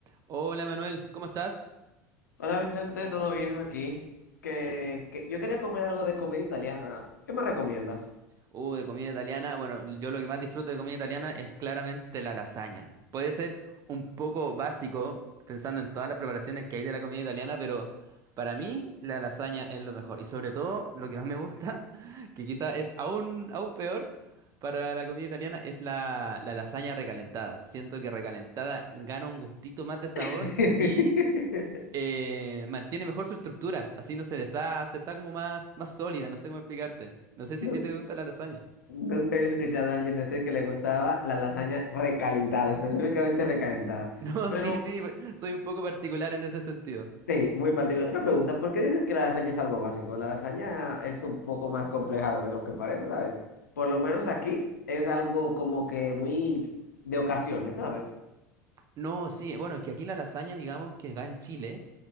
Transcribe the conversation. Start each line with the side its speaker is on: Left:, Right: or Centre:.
Right: Hola Manuel, ¿cómo estás?
Left: Hola Vicente, ¿todo bien aquí? Que,
Right: Sí.
Left: que yo quería comer algo de comida italiana. ¿Qué me recomiendas?
Right: Uh, de comida italiana. Bueno, yo lo que más disfruto de comida italiana es claramente la lasaña. Puede ser un poco básico, pensando en todas las preparaciones que hay de la comida italiana, pero para mí la lasaña es lo mejor. Y sobre todo, lo que más me gusta, <laughs> que quizá es aún, aún peor para la comida italiana, es la, la lasaña recalentada. Siento que recalentada gana un gustito más de sabor
Left: <laughs>
Right: y eh, mantiene mejor su estructura, así no se deshace, está como más, más sólida, no sé cómo explicarte. No sé si
Left: Nunca,
Right: a ti te gusta la lasaña. <laughs>
Left: nunca había escuchado a alguien decir que le gustaba la lasaña recalentada, específicamente recalentada.
Right: No,
Left: Pero
Right: sí, sí, pues, soy un poco particular en ese sentido.
Left: sí, muy particular. Una pregunta, ¿por qué dices que la lasaña es algo básico? La lasaña es un poco más compleja de lo que parece, ¿sabes? Por lo menos aquí es algo como que muy de ocasiones, ¿sabes?
Right: No, sí, bueno, es que aquí la lasaña, digamos que acá en Chile,